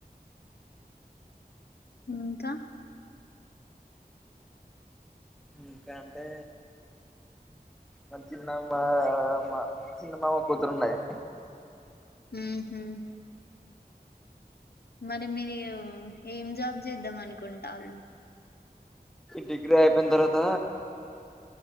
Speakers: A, on the left; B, in the centre.
A: ఇంకా
B: ఇంకా అంటే మా చిన్నమ్మ మా చిన్నమామ కూతురున్నది
A: హ్మ్ హు మరి మీరు ఏం జాబ్ చేద్దాం అనుకుంటళ్లు
B: డిగ్రీ అయిపోయిన తర్వాత